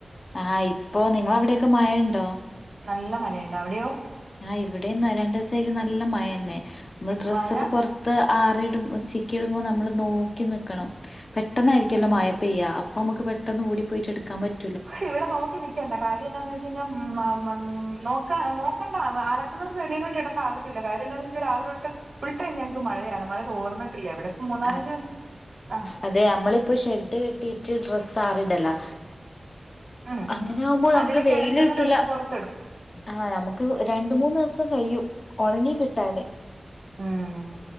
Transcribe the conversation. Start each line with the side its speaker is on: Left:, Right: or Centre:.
Left: ആഹ് ഇപ്പോ നിങ്ങള അവിടെയൊക്കെ മഴ ഉണ്ടോ
Right: നല്ല മഴണ്ട് അവിടെയോ?
Left: ആഹ് ഇവിടെയും രണ്ട് ദിവസ ആയിട്ട് നല്ല മഴ തന്നെ നമ്മള് ഡ്രസ്സ്
Right: മഴ
Left: ഒക്കെ പൊറ ത്ത് ആറി ഇടുമ്പോ ചിക്കി ഇടുമ്പോ നമ്മൾ നോക്കി നിക്കണം പെട്ടെന്നായിരിക്കല്ലോ മഴ പെയ്യ അപ്പൊ നമുക്ക് പെട്ടെന്ന് ഓടി പോയിട്ട് എടുക്കാൻ പറ്റ
Right: ഇവിടെ നോക്കി നി ക്കണ്ട കാര്യം എന്താന്ന് വെചഴിഞ്ഞാ നോ നോക്കണ്ട അലക്കുന്നത് വെളിയിലോട്ടിടണ്ട <unintelligible> കാര്യന്താന്ന്ച്ചാൽ രാവിലൊട്ടെ ഫുൾ ടൈ ഞങ്ങക്ക് മഴയാണ് മഴ തോർന്നിട്ടില്ല ഇവിടെ. മൂന്നാലഞ്ചു
Left: അതെ
Right: ആ
Left: അതെ നമ്മളിപ്പോ ഷെഡ് കെട്ടിട്ട് ഡ്രസ്സ് ആറിടലാ
Right: ഉം
Left: അങ്ങനെ ആകുമ്പോ നമുക്ക്-
Right: അതില്
Left: വെയില്
Right: കിടക്കുന്നത്
Left: കിട്ടൂല.
Right: എടുത്ത് പുറത്തിടും
Left: ആഹ നമുക്ക് രണ്ട്, മൂന്ന്- ദിവസം കഴിയും ഉണങ്ങി കിട്ടാന്.
Right: ഉം...